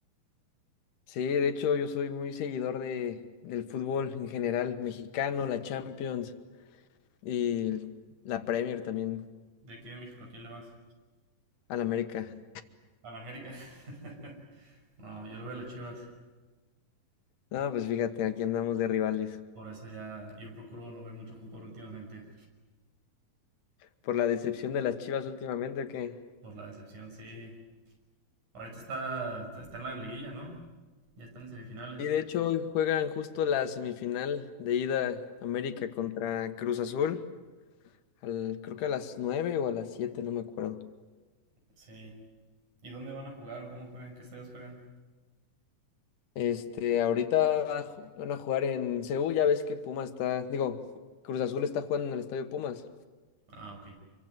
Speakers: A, on the left; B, on the right.
A: Sí, de hecho yo soy muy seguidor de, del fútbol en general, mexicano, la Champions y el- la Premier también,
B: De aquí de México, ¿a quién le vas?
A: al América.
B: A la América. <laughs> No, yo lo veo a las Chivas.
A: No, pues fíjate, aquí andamos de rivales.
B: Por eso ya yo procuro no ver mucho fútbol últimamente.
A: Por la decepción de las Chivas últimamente, que...
B: Por la decepción, sí. Ahorita está, está, está en la liguilla, ¿no? Ya están en semifinales.
A: Y de hecho hoy juegan justo la semifinal de ida América contra Cruz Azul, al, creo que a las 9 o a las 7, no me acuerdo.
B: Sí. ¿Y dónde van a jugar o cómo juegan? ¿En qué estadios juegan?
A: Este, ahorita va a ju- van a jugar en Seúl, ya ves que Pumas está, digo, Cruz Azul está jugando en el Estadio Pumas.
B: Ah, ok.